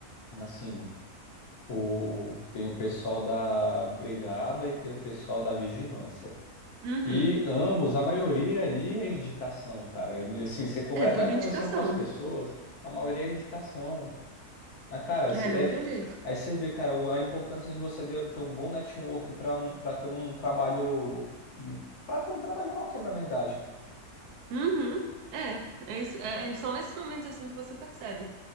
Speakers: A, on the left; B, on the right.
A: assim, o... tem o pessoal da brigada e tem o pessoal da vigilância.
B: Uhum.
A: E ambos, a maioria ali é indicação, cara. E, Assim, você conver-
B: É tudo
A: vai conversando
B: indicação.
A: com as pessoas, a maioria é indicação. Ah, cara, cê-
B: É, não
A: é-
B: tem jeito.
A: aí você vê, cara, o- a importância de você de- ter um bom network para um, para ter um trabalho, para ter um trabalho qualquer, na verdade.
B: Uhum. É, é isso, é- é- são nesses momentos assim que você percebe